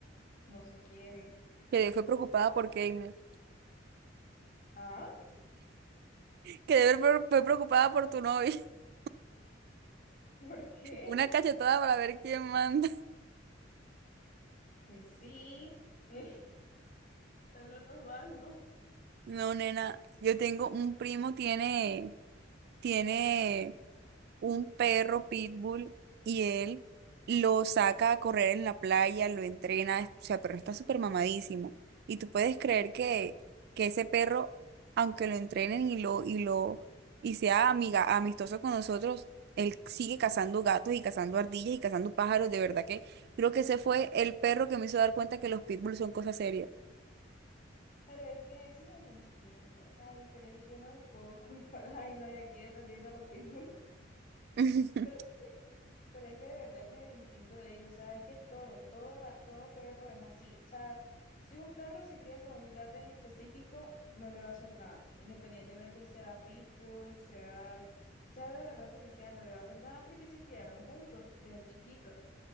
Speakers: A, on the left (about 45°); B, on the right (about 55°).
A: no se quiere.
B: Que fue preocupada por Keimer.
A: ¿Ah?
B: Que debe fue fue preocupada por tu novio. <laughs>
A: <laughs> ¿Por qué?
B: Una cachetada para ver quién manda.
A: Pues sí, <laughs> es lo normal, ¿no?
B: No, nena, yo tengo un primo, tiene, tiene un perro pitbull y él lo saca a correr en la playa, lo entrena, o sea, pero está súper mamadísimo. Y tú puedes creer que, que ese perro, aunque lo entrenen y lo, y lo, y sea amiga, amistoso con nosotros, él sigue cazando gatos y cazando ardillas y cazando pájaros. De verdad que creo que ese fue el perro que me hizo dar cuenta que los pitbulls son cosas serias.
A: Pero es que ese es el instinto, o sea, y por eso yo no los puedo culpar. <laughs> Ay, no, y aquí defendiendo a los pitbull,
B: <laughs>
A: pero sí. Pero es que de verdad ese es el instinto de ellos, o sea, es que todo, todo, ga- todo perro es así. O sea, si un perro se cría con un gato en específico, no le va a hacer nada. Independientemente sea pitbull, sea, sea de la raza que sea, no le va a hacer nada porque se criaron juntos, de chiquitos.